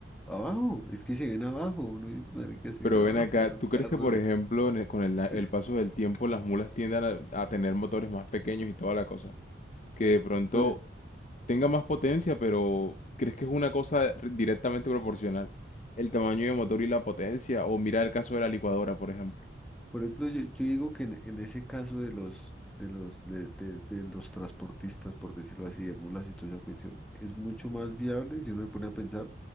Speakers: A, in the centre; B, on the left (about 40°).
A: Abajo, es que se ven abajo, uno dice, marica, se
B: Pero
A: ven abajo
B: ven acá,
A: los
B: ¿tú
A: carros.
B: crees que, por ejemplo, en el- con el, la- el
A: <laughs>
B: paso del tiempo las mulas tiendan a, a tener motores más pequeños y toda la cosa? Que de pronto
A: Pues,
B: tenga más potencia, pero ¿crees que es una cosa directamente proporcional? El tamaño de motor y la potencia. O mira el caso de la licuadora, por ejemplo.
A: por ejemplo, yo, yo digo que en, en ese caso de los, de los, de, de- de los transportistas, por decirlo así, de mulas y toda esa cuestión, es mucho más viable, si uno se pone a pensar,